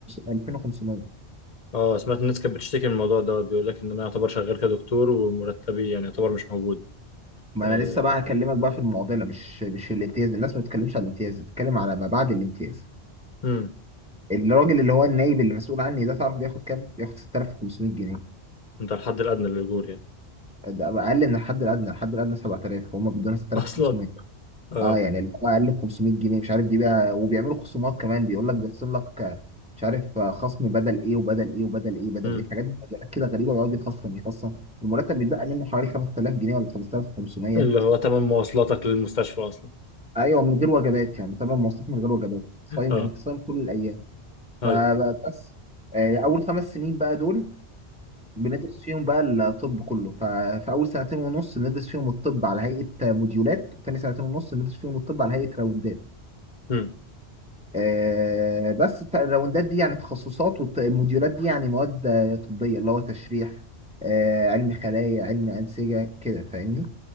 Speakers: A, in the centre; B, on the left (about 40°).
A: 2500
B: اه سمعت الناس كانت بتشتكي من الموضوع دوت بيقول لك ان انا يعتبر شغال كدكتور ومرتبي يعني يعتبر مش موجود
A: ما
B: آه،
A: انا لسه بقى هكلمك بقى في المعضله مش مش في الامتياز الناس ما بتتكلمش على الامتياز بتتكلم على ما بعد الامتياز
B: امم
A: الراجل اللي هو النايب اللي مسؤول عني ده تعرف بياخد كام؟ بياخد 6500 جنيه
B: انت الحد الادنى للاجور يعني
A: ده اقل من الحد الادنى الحد الادنى 7000 وهم بيدونا 6500
B: <laughs> اصلا اه
A: اه يعني اللي هو اقل ب 500 جنيه مش عارف دي بقى وبيعملوا خصومات كمان بيقول لك بيخصم لك آه، مش عارف آه، خصم بدل ايه وبدل ايه وبدل ايه بدل
B: امم
A: ايه حاجات مجالات كده غريبه ويقعد يخصم يخصم المرتب بيتبقى منه حوالي 5000 جنيه ولا 5500
B: اللي هو تمن مواصلاتك للمستشفى اصلا
A: ايوه من غير وجبات يعني طبعا مواصلات من غير وجبات صايم
B: اه
A: انت صايم طول الايام
B: ايوه
A: فبس آه، اول خمس سنين بقى دول بندرس فيهم بقى الطب كله ففي اول سنتين ونص بندرس فيهم الطب على هيئه موديولات تاني سنتين ونص بندرس فيهم الطب على هيئه راوندات
B: امم
A: آه بس الت- الراوندات دي يعني تخصصات والموديولات دي يعني مواد آه، طبيه اللي هو تشريح آه علم خلايا علم انسجه كده فاهمني